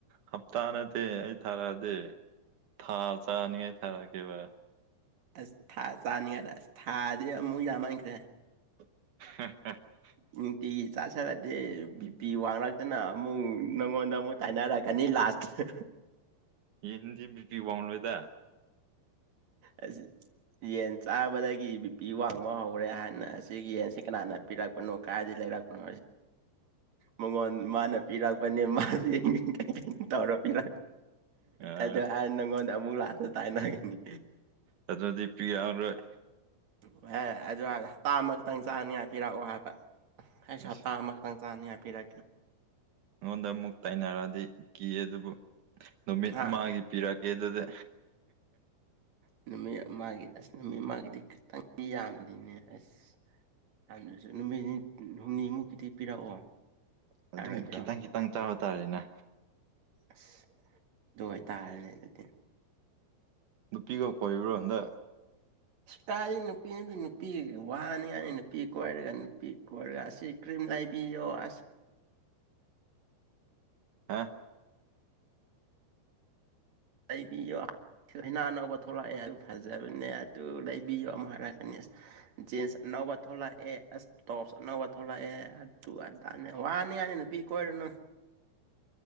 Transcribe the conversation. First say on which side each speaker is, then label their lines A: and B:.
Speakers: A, on the right (about 85°); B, on the right (about 50°).
A: ꯍꯞꯇꯥ ꯅꯠꯇꯦ ꯑꯩ ꯊꯥꯔꯛꯑꯗꯤ ꯊꯥ ꯆꯥꯅꯤꯉꯥꯏ ꯊꯥꯔꯛꯈꯤꯕ
B: ꯑꯁ ꯊꯥ ꯆꯥꯅꯤꯡꯉꯥꯏꯗ ꯑꯁ ꯊꯥꯗꯤ ꯑꯃꯨꯛ ꯌꯥꯝꯃꯟꯈ꯭ꯔꯦ
A: <inaudible>
B: ꯅꯨꯡꯇꯤꯒꯤ ꯆꯥꯥꯁꯔꯗꯤ ꯕꯤ ꯄꯤ ꯋꯥꯡꯂꯛꯇꯅ ꯑꯃꯨꯛ ꯅꯪꯉꯣꯟꯗ ꯑꯃꯨꯛ ꯇꯥꯏꯅꯔꯛꯀꯅꯤ ꯂꯥꯁ <inaudible>
A: ꯌꯦꯗꯤ ꯕꯤ ꯄꯤ ꯋꯥꯥꯎꯉꯂꯣꯏꯗ
B: ꯑ ꯌꯦꯟ ꯆꯥꯕꯗꯒꯤ ꯕꯤ ꯄꯤ ꯋꯥꯡꯕ ꯍꯧꯔꯦ ꯍꯥꯏꯅ ꯑꯁꯤꯒꯤ ꯌꯦꯟꯁꯤ ꯀꯅꯥꯅ ꯄꯤꯔꯛꯄꯅꯣ ꯀꯗꯥꯗꯤ ꯂꯩꯔꯛꯄꯅꯣ ꯃꯉꯣꯟ ꯃꯥꯅ ꯄꯤꯔꯛꯄꯅꯦ ꯃꯥꯁꯦ ꯀꯩ ꯀꯩꯅ ꯇꯧꯔ ꯄꯤꯔ
A: ꯑ
B: ꯑꯗꯨ ꯍꯥꯏꯔ ꯅꯪꯉꯣꯟꯗ ꯑꯃꯨꯛ ꯂꯥꯛꯁꯨ ꯇꯥꯏꯅꯒꯅꯤ
A: ꯎ ꯑꯗꯨꯗꯤ ꯄꯤꯔꯛꯎꯔꯣꯏ
B: ꯑꯣ ꯍ ꯑꯗꯨ ꯍꯞꯇꯥꯃꯛꯇꯪ ꯆꯥꯅꯤꯉꯥꯏ ꯄꯤꯔꯛꯑꯣ ꯍꯥꯏꯕ ꯑꯩꯁ
A: ꯑꯁ
B: ꯍꯞꯇꯥ ꯑꯃꯈꯛꯇꯪ ꯆꯥꯅꯤ ꯍꯥꯞꯄꯤꯔꯦ
A: ꯑꯩꯉꯣꯟꯗ ꯑꯃꯨꯛ ꯇꯥꯏꯅꯔꯛꯑꯗꯤ ꯀꯤ ꯑꯗꯨꯕꯨ ꯅꯨꯃꯤꯠ
B: ꯍꯥ
A: ꯑꯃꯒꯤ ꯄꯤꯔꯛ ꯑꯦꯗꯗ
B: ꯑ ꯅꯨꯃꯤꯠ ꯃꯥꯒꯤ ꯑꯁ ꯅꯨꯃꯤꯠ ꯃꯥꯒꯤꯗꯤ ꯈꯤꯇꯪ ꯃꯤ ꯌꯥꯝꯗꯤꯅꯦ ꯑꯁ ꯍꯥꯟꯗꯁꯨ ꯅꯨꯃꯤꯠ ꯅꯤ ꯍꯨꯝꯅꯤꯃꯨꯛꯀꯤꯗꯤ ꯄꯤꯔꯛꯑꯣ
A: ꯑꯗꯨꯝ
B: ꯌꯥꯔꯣꯏꯗ꯭ꯔꯣ
A: ꯈꯤꯇꯪ ꯈꯤꯇꯪ ꯆꯥꯕ ꯇꯥꯔꯦꯅꯦ
B: ꯑꯁ ꯑꯗꯨ ꯑꯣꯏꯇꯥꯔꯅꯦ ꯑꯗꯨꯗꯤ
A: ꯅꯨꯄꯤꯒ ꯀꯣꯏꯕ꯭ꯔꯣ ꯑꯗ
B: ꯀꯥꯏꯔꯤ ꯅꯨꯄꯤꯅꯗꯤ ꯅꯨꯄꯤ ꯋꯥꯅꯤꯉꯥꯏꯅꯤ ꯅꯨꯄꯤ ꯀꯣꯏꯔꯒ ꯅꯨꯄꯤ ꯀꯣꯏꯔꯒ ꯑꯁꯤ ꯀꯔꯤ ꯂꯩꯥꯏꯕꯤꯣ ꯑꯁ
A: ꯍꯥꯥ
B: ꯑꯩꯕꯤ ꯌ ꯍꯅꯥ ꯑꯅꯧꯕ ꯊꯣꯛꯂꯛꯑꯦ ꯑꯗꯨ ꯐꯖꯕꯅꯦ ꯑꯗꯨ ꯂꯩꯕꯤꯌꯣ ꯑꯃꯨꯛ ꯍꯥꯏꯔꯛꯀꯅꯤ ꯖꯤꯟꯁ ꯑꯅꯧꯕ ꯊꯣꯛꯂꯛꯑꯦ ꯑꯁ ꯇꯣꯞꯁ ꯑꯅꯧꯕ ꯊꯣꯛꯂꯛꯑꯦ ꯑꯗꯨ ꯑꯇꯥꯅꯦ ꯋꯥꯅꯤ ꯌꯥꯅꯤ ꯅꯨꯄꯤ ꯀꯣꯏꯔꯨꯅꯨ